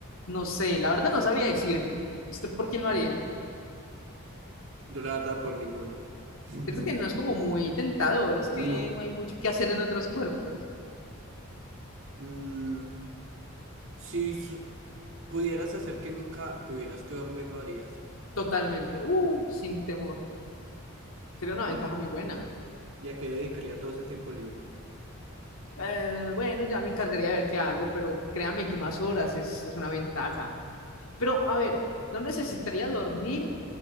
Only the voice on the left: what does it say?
no sé, la verdad no sabría decirle. ¿Usted por quién lo haría?
Creo que no es como muy tentador, es que
no hay mucho que hacer en otros cuerpos.
Totalmente. Uh, sin temor. Sería una
ventaja muy buena.
Eh, bueno, ya me encargaría de ver qué hago, pero créame que más horas es, es una ventaja. Pero, a ver, no necesitaría dormir